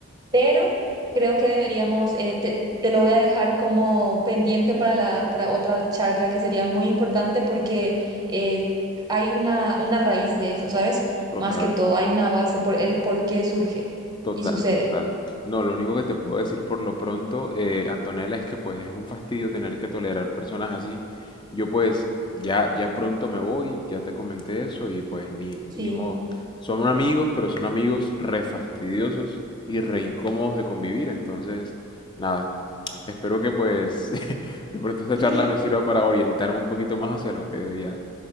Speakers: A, on the right; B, on the left.
A: pero creo que deberíamos, eh, te, te lo voy a dejar como pendiente para la, para otra charla que sería muy importante porque eh, hay una, una raíz de eso, ¿sabes?
B: total.
A: Más que todo, hay una base por el por qué surge
B: Total,
A: y sucede.
B: total. No, lo único que te puedo decir por lo pronto, eh, Antonella, es que pues es un fastidio tener que tolerar personas así. Yo pues ya, ya pronto me voy, ya te comenté eso y pues ni,
A: Sí.
B: ni modo. Son amigos, pero son amigos re fastidiosos y re incómodos de convivir. Entonces, nada, espero que pues <laughs> de pronto esta
A: <laughs>
B: charla me sirva para orientarme un poquito más hacia lo que debería